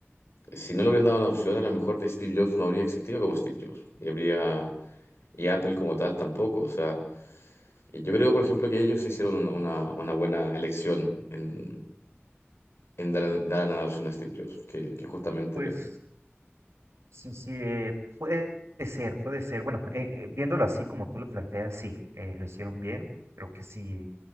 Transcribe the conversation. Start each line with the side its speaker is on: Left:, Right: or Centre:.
Left: eh, si no le hubieran dado una opción, a lo mejor Steve Jobs no habría existido como Steve Jobs y habría y Apple como tal tampoco. O sea, Y Yo creo, por ejemplo, que ellos hicieron una, una- una buena elección en, en dar, dar en adopción a Steve Jobs, que, que justamente...
Right: Pues sí, sí, eh, puede ser, puede ser. Bueno, eh, eh, viéndolo así como tú lo planteas, sí, eh, lo hicieron bien. Creo que sí,